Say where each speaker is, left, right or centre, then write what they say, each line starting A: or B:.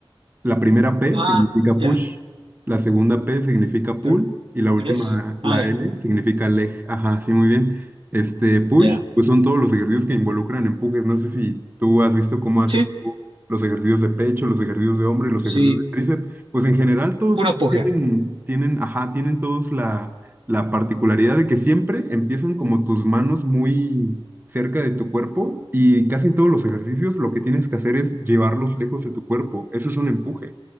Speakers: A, on the right; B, on the right.
A: La primera P
B: Ah,
A: significa
B: ya.
A: push, la segunda P significa
B: Pero,
A: pull y la última,
B: pero es. Ah,
A: la
B: ya,
A: L, significa leg. Ajá, sí, muy bien. Este push,
B: ya.
A: pues son todos los ejercicios que involucran empujes. No sé si tú has visto cómo haces
B: Sí,
A: tú los ejercicios de pecho, los ejercicios de hombro y los
B: sí.
A: ejercicios de tríceps. Pues en general todos
B: Puro
A: ellos
B: empuje.
A: tienen, tienen, ajá, tienen todos la, la particularidad de que siempre empiezan como tus manos muy cerca de tu cuerpo y casi en todos los ejercicios lo que tienes que hacer es llevarlos lejos de tu cuerpo. Eso es un empuje.